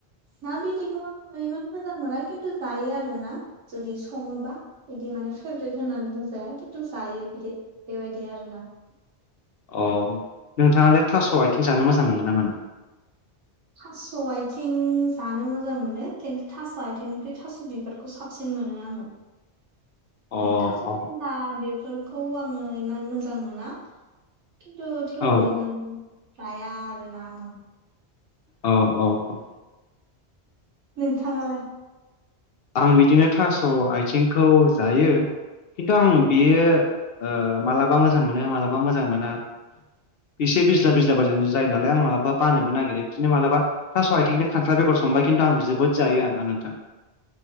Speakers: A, on the right; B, on the left.
A: ना बिदैखौ आङो इमान मोजां मोना खिन्थु जायो आरो ना जुदि सङोबा बिदि माने फेभ्रेट होननानै बुंजाया खिन्थु जायो बिदि बेबायदि आरोना ।
B: अ नोंथांया थास' आथिं जानो मोजां मोनो ना मोना?
A: थास' आथिं जानो मोजां मोनो खिन्थु थास' आथिं ओख्रि थास' बिबारखौ साबसिन मोनो <inaudible> ओमफ्राय
B: अ
A: थास' खन्था
B: अ
A: बेफोरखौ आङो इमान मोजां मोना । खिन्थु थेवबो
B: औ
A: इमान जाया आरो ना आङो ।
B: औ औ औ ।
A: नोंथाङालाय?
B: आं बिदिनो थास' आथिंखौ जायो । खिन्थु आं बियो मालाबा मोजां मोनो मालाबा मोजां मोना । एसे बिज्ला बिज्ला बा जों जायो नालाय आं मालाबा बानोबो नागिरो बिदिनो मालाबा थास'आथिंजों खथ्रा बेगर संबाय खिन्थु आं जोबोद जायो आरोना नोंथां ।